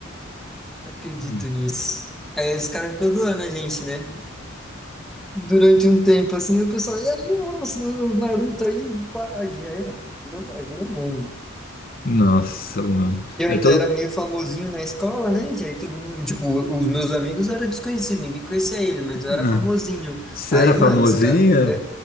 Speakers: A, in the centre; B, on the left.
A: acredito
B: Hum.
A: nisso. Aí os caras ficam zoando a gente, né? durante um tempo, assim, o pessoal, e aí, nossa, o Naruto aí, pá, e aí, mano, virou, aí virou meme.
B: Nossa, mano.
A: Eu
B: É
A: ainda
B: todo...
A: era meio famosinho na escola, né? E aí todo mundo, tipo, os meus amigos eram desconhecidos, ninguém conhecia eles, mas eu
B: Ah,
A: era famosinho.
B: Você
A: Aí,
B: era famosinha?
A: mano, os caras, eu,